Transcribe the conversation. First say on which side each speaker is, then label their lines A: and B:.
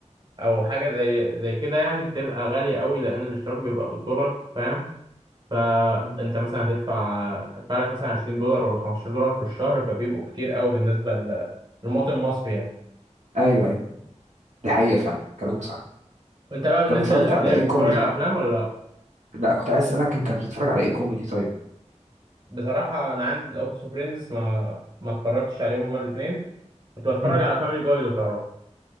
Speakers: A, on the right (about 35°); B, on the right (about 75°).
A: او حاجه زي زي كده يعني بتبقى غاليه قوي
B: م.
A: لان الاشتراك بيبقى بالدولار فاهم فانت
B: م.
A: مثلا هتدفع هتدفع لك مثلا 20 دولار ولا 15 دولار في الشهر فبيبقوا كتير قوي بالنسبه ل- للمواطن المصري يعني
B: ايوه ايوه دي حقيقة فعلا كلامك صح
A: وانت بقى بالنسبه
B: طب اتفرجت
A: للافلام
B: على ايه
A: بتتفرج
B: كوميدي
A: على افلام ولا لا
B: لا كنت عايز اسألك انت بتتفرج على ايه كوميدي طيب
A: بصراحه انا عندي الاوفيس اوف فريندز ما ما اتفرجتش عليهم هما الاثنين كنت بتفرج
B: م.
A: على فاميلي جاي لو تعرفه